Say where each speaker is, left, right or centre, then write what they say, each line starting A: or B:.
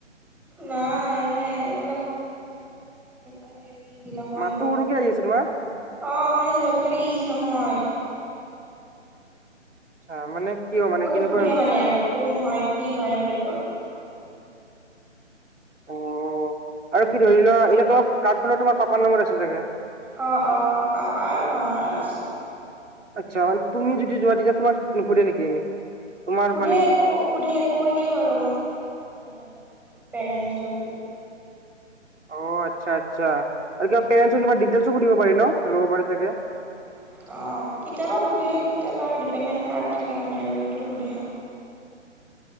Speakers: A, in the centre; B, on the right.
A: নাই মানে এইবিলাক আজিকালি আজি নহয়
B: মাতটো
A: যোৱা
B: সৰুকে আহি আছে তোমাৰ
A: অ মানে যোৱাতো এনেকে ইজি নহয়
B: আচ্ছা মানে কিয় মানে
A: বহুত
B: কেনেকুৱা
A: সোধে মানে আৰু কোন হয়, কি হয়, এনেকে কয়।
B: অ, আৰু কি ধৰি লোৱা এতিয়া তোমাৰ কাৰ্ডখনৰ তোমাৰ পাপাৰ নাম্বাৰ আছে চাগে?
A: অ-অ পাপা আৰু মা আছে।
B: আচ্ছা মানে তুমি যদি যোৱা তেতিয়া তোমাক নুহুধে নেকি? তোমাৰ
A: সোধে
B: মানে
A: ক সোধে কৈ দিও আৰু মই। মানে মোক পেৰেন্সৰ বুলি।
B: অ আচ্ছা আচ্ছা আৰু কিবা পেৰেন্সৰ কিবা ডিটেলছো সুধিব পাৰে ন ল'ব পাৰি চাগে।
A: <unintelligible> অ কেতিয়াবা সোধে কেতিয়াবা আৰু ডিপেনডেণ্ট কাৰ্ড থাকে মানে আৰু সেইটো সোধে। <unintelligible>